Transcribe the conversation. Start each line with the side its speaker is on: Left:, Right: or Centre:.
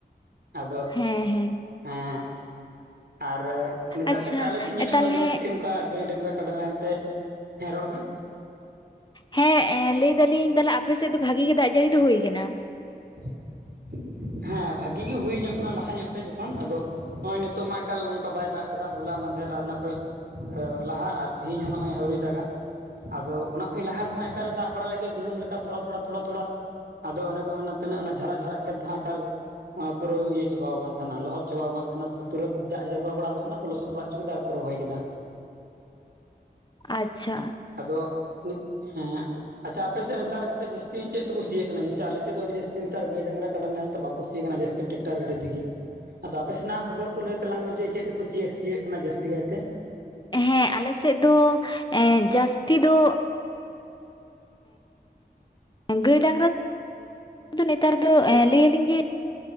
Right: ᱟᱫᱚ
Left: ᱦᱮᱸ ᱦᱮᱸ
Right: ᱦᱮᱸ ᱟᱨ ᱱᱮᱛᱟᱨ
Left: ᱟᱪᱪᱷᱟ
Right: ᱠᱟᱛᱟ ᱟᱞᱮ ᱥᱤᱡ ᱤᱧ ᱧᱮᱞ ᱮᱫ
Left: ᱛᱟᱦᱚᱞᱮ
Right: ᱠᱚᱣᱟ᱾ ᱟᱹᱰᱤ ᱡᱟᱹᱥᱛᱤ ᱚᱱᱠᱟ ᱜᱟᱹᱭ ᱰᱟᱝᱨᱟ ᱠᱟᱰᱟ ᱱᱟᱦᱮᱞ ᱛᱮ ᱦᱮᱸ ᱨᱚᱲ ᱢᱮ᱾
Left: ᱦᱮᱸ ᱮ ᱞᱟᱹᱭ ᱫᱟᱞᱤᱧ ᱛᱟᱞᱦᱮ ᱟᱯᱮ ᱥᱮᱫ ᱫᱚ ᱵᱷᱟᱜᱤ ᱜᱮ ᱫᱟᱜ ᱡᱟᱹᱲᱤ ᱫᱚ ᱦᱩᱭ ᱠᱟᱱᱟ᱾
Right: <inaudible> ᱦᱮᱸ ᱵᱷᱟᱜᱤ ᱜᱮ ᱦᱩᱭ ᱧᱚᱜ ᱠᱟᱱᱟ ᱞᱟᱦᱟ ᱧᱚᱜ ᱛᱮ ᱡᱚᱠᱷᱚᱱ ᱟᱫᱚ ᱱᱚᱜ-ᱚᱭ ᱱᱤᱛᱚᱜ ᱢᱟ ᱮᱠᱟᱞ ᱱᱚᱝᱠᱟ ᱵᱟᱭ ᱫᱟᱜ ᱟᱫᱚ ᱦᱚᱞᱟ ᱢᱟᱫᱷᱮᱨ ᱟᱨ ᱚᱱᱟ ᱠᱷᱚᱡ ᱞᱟᱦᱟ ᱟᱨ ᱛᱤᱦᱤᱧ ᱦᱚᱸ ᱱᱚᱜᱼᱚᱭ ᱟᱹᱣᱨᱤᱭ ᱫᱟᱜ-ᱟ᱾ ᱟᱫᱚ ᱚᱱᱟ ᱠᱷᱚᱡᱽ ᱞᱟᱦᱟ ᱫᱚ ᱦᱟᱸᱜ ᱮᱠᱟᱞ ᱮ ᱫᱟᱜ ᱵᱟᱲᱟ ᱞᱮᱫ ᱜᱮᱭᱟ ᱫᱤᱱᱟᱹᱢ ᱞᱮᱠᱟ ᱛᱷᱚᱲᱟ ᱛᱷᱚᱲᱟ ᱛᱷᱚᱲᱟ ᱛᱷᱚᱲᱟ᱾ ᱟᱫᱚ ᱚᱱᱮ ᱠᱚ ᱢᱮᱱᱟ ᱛᱤᱱᱟᱹᱜ ᱚᱱᱟ ᱡᱷᱟᱨᱟᱜ - ᱡᱷᱟᱨᱟᱜ ᱠᱷᱮᱛ ᱫᱚ ᱦᱟᱸᱜ ᱮ <inaudible> ᱯᱩᱨᱟᱹ ᱤᱭᱟᱹ ᱪᱟᱵᱟᱣ ᱟᱠᱟᱱ ᱛᱟᱦᱮᱱᱟ ᱞᱚᱦᱚᱫ ᱪᱟᱵᱟᱣ ᱠᱟᱱ ᱛᱟᱦᱮᱱᱟ ᱛᱩᱨᱟ‌ᱹᱛ ᱫᱟᱜ ᱡᱟᱨᱣᱟ ᱵᱟᱲᱟ ᱜᱚᱫ ᱱᱟ ᱟᱨ ᱠᱚ ᱞᱚᱥᱚᱫ ᱵᱟᱲᱟ ᱦᱚᱪᱚ ᱠᱮᱫᱟ ᱟᱨ ᱨᱚᱦᱚᱭ ᱠᱮᱫᱟ <inaudible>
Left: ᱟᱪᱪᱷᱟ
Right: ᱟᱫᱚ <unintelligible> ᱦᱮᱸ ᱟᱪᱪᱷᱟ ᱟᱯᱮ ᱥᱮᱫ ᱱᱮᱛᱟᱨ ᱠᱟᱛᱮᱫ ᱡᱟᱹᱥᱛᱤ ᱪᱮᱫ ᱛᱮᱠᱚ ᱥᱤ ᱡᱮᱥᱮ ᱟᱞᱮ ᱥᱮᱫ ᱫᱚ ᱟᱹᱰᱤ ᱡᱟᱹᱥᱛᱤ ᱱᱮᱛᱟᱨ ᱜᱟᱹᱭ ᱰᱟᱝᱨᱟ ᱠᱟᱰᱟ ᱱᱟᱦᱮᱞ ᱛᱮ ᱵᱟᱠᱚ ᱥᱤ ᱠᱟᱱᱟ ᱡᱟᱹᱛᱤ ᱴᱮᱠᱴᱟᱨ ᱜᱟᱹᱰᱤ ᱛᱮᱜᱮ᱾ ᱟᱫᱚ ᱟᱯᱮ ᱥᱮᱱ-ᱟᱜ ᱠᱷᱚᱵᱚᱨ ᱠᱚ ᱞᱟᱹᱭ ᱛᱟᱞᱟᱝ ᱢᱮ᱾ ᱡᱮ ᱪᱮᱫ ᱛᱮᱠᱚ ᱥᱤ-ᱭᱮᱫ ᱠᱟᱱᱟ ᱡᱟᱹᱥᱛᱤ ᱠᱟᱭ ᱛᱮ?
Left: ᱦᱮᱸ ᱟᱞᱮ ᱥᱮᱫ ᱫᱚ ᱡᱟᱹᱥᱛᱤ ᱫᱚ ᱜᱟᱹᱭ ᱰᱟᱝᱨᱟ <inaudible> ᱛᱚ ᱱᱮᱛᱟᱨ ᱫᱚ ᱞᱟᱹᱭ ᱟᱞᱤᱧ ᱡᱮ